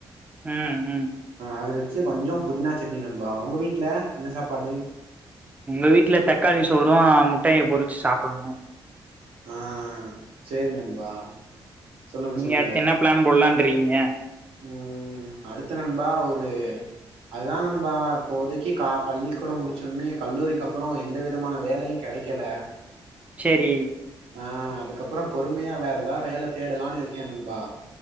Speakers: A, on the right; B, on the right.
A: ம் ம்
B: அது வெச்சு கொஞ்சோ புதினா சட்னி நண்பா உங்க வீட்ல என்ன சாப்பாடு
A: இந்த வீட்ல தக்காளி சோறு முட்டைய பொறிச்சு சாப்படணு
B: ஆஹ் சேரி நண்பா சொல்லுங்க
A: நீங்க
B: சொல்லுங்க
A: அடுத்து என்ன பிளான் போட்லான் ட்றீங்க
B: ம் அடுத்து நண்பா ஒரு அதுதா நண்பா இப்போதைக்கு இ பள்ளி கூடோ முடிச்சொன்னே கல்லூரிக்கு அப்புறோ எந்த விதமான வேலையு கெடைக்கல
A: செரி
B: ஆஹ் அதுக்கப்புறோ பொறுமையா வேற எதா வேல தேடலானு இருக்கே நண்பா